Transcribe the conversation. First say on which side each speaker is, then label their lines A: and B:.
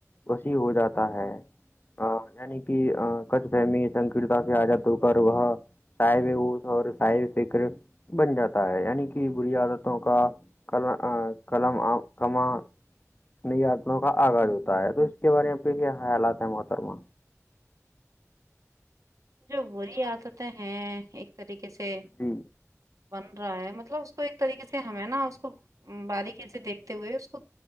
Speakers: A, on the left; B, on the right.
A: وسیع ہو جاتا ہے ا یعنی کہ کچھ فہمی سنکرتا سے آزاد ہو کر وہ صاحب وس اور صاحب فکر بن جاتا ہے یعنی کہ بری عادتوں کا کلآ کلمم آ کما نئ آتماؤں کا آغاز ہوتا ہے تو اس کے بارے میں آپ کے کیا خیالات ہے محترما
B: جو وہی عادتیں ہیں ایک طریقے سے
A: ھم
B: بن رہا ہے مطلب اس کو ایک طریقے سے ہمیں نا اس کو باریکی سے دیکھتے ہوئے اس کو